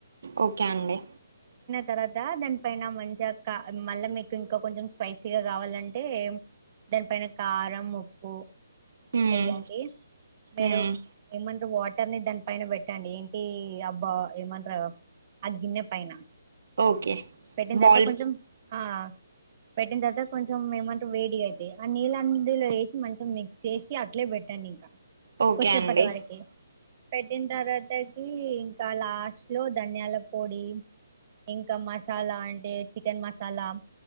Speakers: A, on the right (about 65°); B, on the right (about 30°).
A: ఓకే అండి
B: తర్వాత దానిపైన మంచిగా మళ్ళీ మీకు ఇంకా కొంచెం స్పైసీగా కావాలంటే దానిపైన కారం ఉప్పు
A: మ్మ్
B: వయ్యండి మీరు
A: మ్మ్
B: ఏమంట వాటర్ ని దాని పైన పెట్టండి ఏంటి అబ్బ ఏమ ఆ గన్నె పనా
A: ఓకే
B: పెట్టిన తర్వా
A: బాల్
B: కొంచెం ఆ పెట్టిన తర్వాత కొంచెం ఏమంటే వేడిగా అయితాయి ఆ నీళ్ళ అందులో వేసి మంచం మిక్స్ చేసి అట్లే పెట్టండి ఇంకా
A: ఓకే
B: కొసేప్పట్టు
A: అండి
B: వరకి పెట్టిన తర్వాతకి ఇంకా లాస్ట్ లో ధనియాల పొడి ఇంకా మసాలా అంటే చికెన్ మసాలా